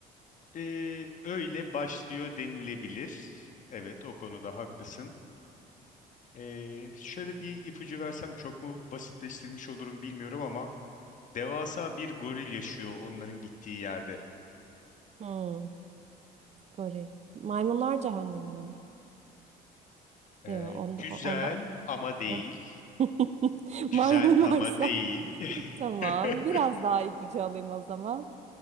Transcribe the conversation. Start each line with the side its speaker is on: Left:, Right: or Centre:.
Left: Ee, öyle başlıyor denilebilir. Evet, o konuda haklısın. Ee, şöyle bir ipucu versem çok mu basitleştirmiş olurum bilmiyorum ama devasa bir goril yaşıyor onların gittiği yerde.
Right: Hmm, goril. Maymunlar Cehennemi mi?
Left: Ee,
Right: Yok, onda,
Left: güzel
Right: onda
Left: ama değil.
Right: on. <laughs>
Left: Güzel
Right: Maymun
Left: ama
Right: varsa.
Left: değil.
Right: <laughs> Tamam.
Left: <laughs>
Right: Biraz daha ipucu alayım o zaman.